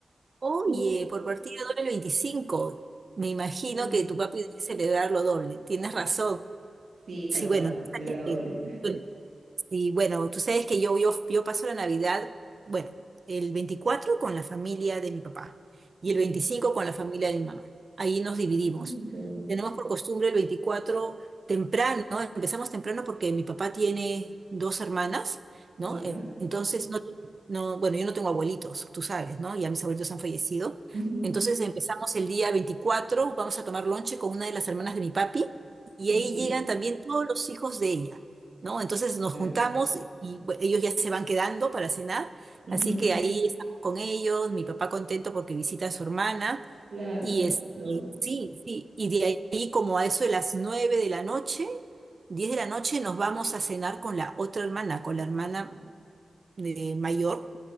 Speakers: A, on the right; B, on the right.
A: Oye,
B: No,
A: por partida doble el 25. Me imagino
B: Sí,
A: que tu papi debe celebrarlo doble. Tienes razón.
B: Sí,
A: Sí,
B: tal cual,
A: bueno,
B: celebra
A: sabes
B: doble.
A: que- bueno, Y bueno, tú sabes que yo, yo, yo paso la Navidad, bueno, el 24 con la familia de mi papá y
B: Ujú.
A: el 25
B: Qué
A: con la familia de mi mamá. Ahí nos dividimos.
B: bonito.
A: Tenemos por costumbre el 24 temprano, ¿no? empezamos temprano porque mi papá tiene dos hermanas,
B: Ya.
A: ¿no? Eh, Entonces, no, te- no, bueno, yo no tengo abuelitos, tú sabes, ¿no? Ya mis abuelitos han fallecido.
B: Ujú.
A: Entonces empezamos el día veinticuatro vamos a tomar lonche con una de las hermanas de mi papi y
B: Ok,
A: ahí llegan también todos los hijos de ella. ¿no? Entonces nos
B: Claro.
A: juntamos y bu- ellos ya se van quedando para cenar,
B: Ujú,
A: así que ahí estamos con ellos, mi papá contento porque visita a su hermana,
B: Claro,
A: y
B: qué bonito.
A: este, sí, sí, y de ahí como a eso de las nueve de la noche, 10 de la noche nos vamos a cenar con la otra hermana, con la hermana eh, mayor,